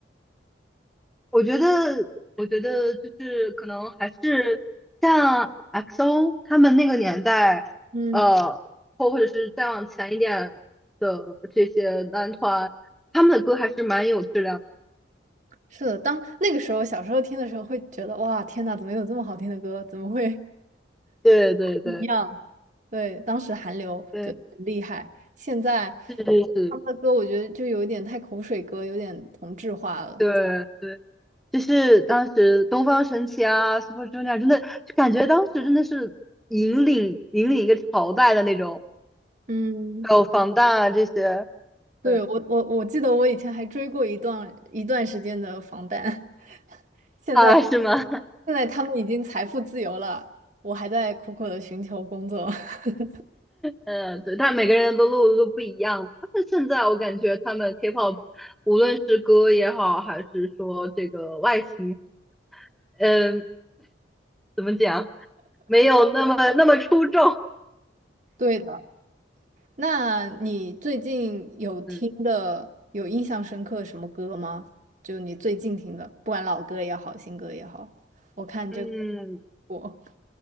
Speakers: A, in the centre; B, on the right.
A: 我觉得，我觉得就是可能还是像 XO 他们那个年代，
B: 嗯，
A: 呃，或或者是再往前一点的这些男团，他们的歌还是蛮有质量的。
B: 是的，当那个时候小时候听的时候，会觉得哇，天呐，怎么有这么好听的歌？怎么会？
A: 对对对，
B: 一样，对，当时韩流就很厉害，
A: 对，
B: 现在
A: 是是，
B: 他们的歌我觉得就有一点太口水歌，有点同质化了。
A: 对对，就是当时东方神起啊，Super Junior 真的就感觉当时真的是引领引领一个朝代的那种，
B: 嗯，
A: 还有防弹啊这些，
B: 对，
A: 对
B: 我我我记得我以前还追过一段一段时间的防弹，<laughs> 现在
A: 啊，是吗？
B: 现在他们已经财富自由了，我还在苦苦的寻求工作。<laughs>
A: 呃，对，但每个人的路都不一样。但是现在我感觉他们 K-pop，无论是歌也好，还是说这个外形，嗯、怎么讲，没有那么那么出众。
B: 对的。那你最近有听的、
A: 嗯
B: 有印象深刻什么歌吗？就你最近听的，不管老歌也好，新歌也好，我看这个
A: 嗯，
B: 我，